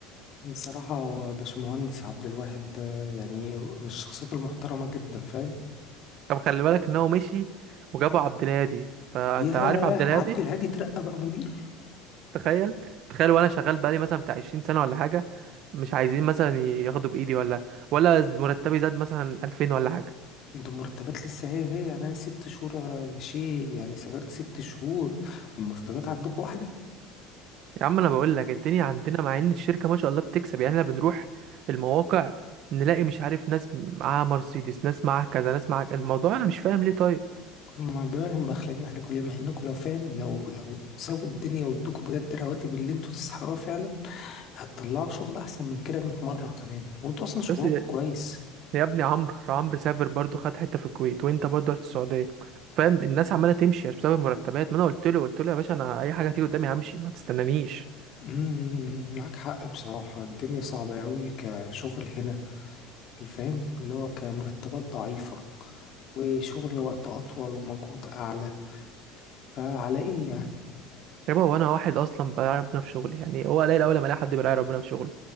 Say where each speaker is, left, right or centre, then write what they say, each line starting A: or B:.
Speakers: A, on the left (about 45°); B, on the right (about 55°).
A: بصراحة هو باشمهندس عبد الواحد ده يعني من الشخصيات المحترمة جدا فاهم
B: طب خلي بالك ان هو مشي وجابوا عبد الهادي فانت
A: ياه
B: عارف عبد الهادي
A: عبد الهادي ترقى بقى مدير
B: تخيل تخيل وانا شغال بقالي مثلا بتاع 20 سنه ولا حاجه مش عايزين مثلا ياخدوا بايدي ولا ولا مرتبي زاد مثلا 2000 ولا حاجه
A: انت مرتبات لسه هي هي يعني انا ست شهور مشي يعني سافرت ست شهور والمرتبات عندكم واحدة
B: يا عم انا بقول لك الدنيا عندنا مع ان الشركه ما شاء الله بتكسب يعني احنا بنروح المواقع نلاقي مش عارف ناس معاها مرسيدس ناس معاها كذا ناس معاها الموضوع انا مش فاهم ليه طيب
A: ما بالهم بخلين عليكم ليه مع انكم لو فاهم لو لو سابوا الدنيا وادوكوا بجد الرواتب اللي انتوا تستحقوها فعلا هتطلعوا شغل احسن من كده 100 مرة كمان وانتوا اصلا شغلكم
B: بس
A: كويس
B: يا ابني عمرو عمرو سافر برضو خد حته في الكويت وانت برضو رحت السعوديه فاهم الناس عماله تمشي مش بسبب المرتبات ما انا قلت له قلت له يا باشا انا اي حاجه تيجي قدامي همشي ما تستنانيش
A: امم امم، امم، معاك حق بصراحة الدنيا صعبة قوي كشغل هنا الفهم اللي هو كمرتبات ضعيفة وشغل وقت أطول ومجهود أعلى فعلى إيه يعني؟
B: يا بابا وانا واحد اصلا براعي ربنا في شغلي يعني هو قليل اول ما الاقي حد براعي ربنا في شغله